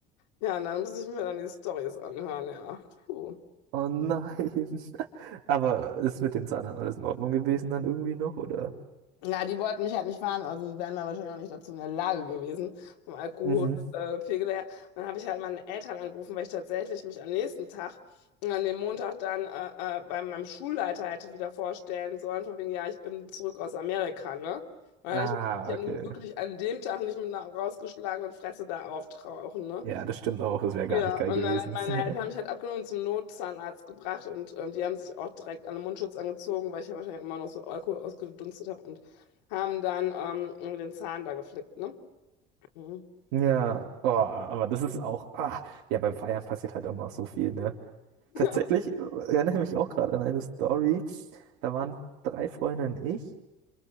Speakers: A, on the left; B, on the right.
A: Ja, und dann muss ich mir dann die Storys anhören, ja. Puh.
B: Oh nein. <laughs> Aber ist mit den Zahnern alles in Ordnung gewesen dann irgendwie noch, oder?
A: Ja, die wollten mich halt nicht fahren, also wären da wahrscheinlich auch nicht dazu in der Lage gewesen, vom Alkoholpegel
B: Mhm.
A: her. Und dann habe ich halt meine Eltern angerufen, weil ich tatsächlich mich am nächsten Tag, äh, an dem Montag dann äh, äh, bei meinem Schulleiter hätte wieder vorstellen sollen, von wegen, ja, ich bin zurück aus Amerika, ne? Weil
B: Ah,
A: ich mich ja
B: okay.
A: nun wirklich an dem Tag nicht mit einer rausgeschlagenen Fresse da auftauchen, ne?
B: Ja, das stimmt auch. Das wäre gar
A: Ja,
B: nicht geil
A: und
B: gewesen.
A: dann hat meine Eltern
B: <laughs>
A: haben mich halt abgenommen und zum Notzahnarzt gebracht und ähm, die haben sich auch direkt alle Mundschutz angezogen, weil ich ja wahrscheinlich immer noch so Alkohol ausgedunstet habe und haben dann ähm, den Zahn da geflickt, ne? Mhm.
B: Ja, oh, aber das ist auch, ah, ja, beim Feiern passiert halt auch mal so viel, ne? Tatsächlich
A: <laughs>
B: äh, erinnere ich mich auch gerade an eine Story. Da waren drei Freunde und ich